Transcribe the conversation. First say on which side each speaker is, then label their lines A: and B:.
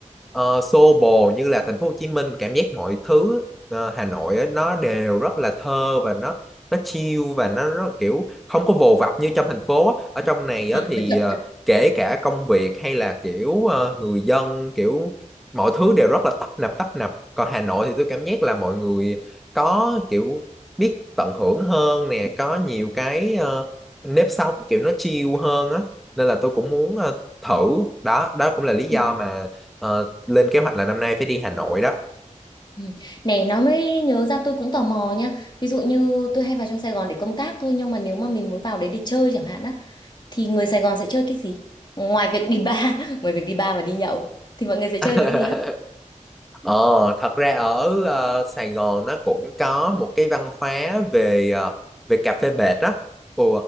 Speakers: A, in the centre; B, on the left.
A: ờ, xô bồ như là thành phố Hồ Chí Minh cảm giác mọi thứ ờ, Hà Nội á, nó đều rất là thơ và nó nó chill và nó rất, kiểu không có vồ vập như trong thành phố á. ở trong này
B: Ờ,
A: á, thì
B: nó chậm
A: ờ,
B: lại.
A: kể cả công việc hay là kiểu ờ, người dân kiểu mọi thứ đều rất là tấp nập tấp nập còn Hà Nội thì tôi cảm giác là mọi người có kiểu biết tận hưởng hơn nè có nhiều cái ờ, nếp sống kiểu nó chill hơn á nên là tôi cũng muốn ờ, thử đó đó cũng là lý do
B: Ừ,
A: mà ờ, lên kế hoạch là năm nay phải đi Hà Nội đó
B: ừ. Này nó mới nhớ ra tôi cũng tò mò nha Ví dụ như tôi hay vào trong Sài Gòn để công tác thôi Nhưng mà nếu mà mình muốn vào đấy để chơi chẳng hạn á thì người Sài Gòn sẽ chơi cái gì ngoài việc đi bar <laughs> ngoài việc đi bar và đi nhậu thì mọi người sẽ chơi
A: <laughs>
B: cái gì á
A: Ờ, thật ra ở ờ, Sài Gòn nó cũng có một cái văn hóa về ờ, về cà phê bệt đó. Ừ,